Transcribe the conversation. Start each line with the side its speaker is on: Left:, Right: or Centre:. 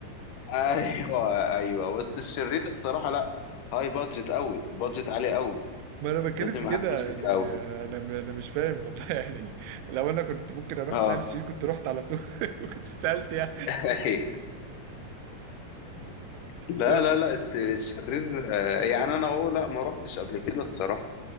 Left: ايوه ايوه بس الشرير الصراحة لا هاي بادجت قوي بادجت عالي قوي
Right: ما انا بتكلم
Left: لازم
Right: في
Left: معاك
Right: كده
Left: فلوس كتير
Right: يعني
Left: قوي
Right: آه، انا انا مش فاهم والله <laughs> يعني لو انا كنت ممكن اروح
Left: اه
Right: الساحل الشرير كنت رحت على طول <laughs> وكنت سالت يعني
Left: <laughs> أيوة. لا
Right: طب
Left: لا لا الس- الشرير آه، يعني انا هو لا ما روحتش قبل كده الصراحة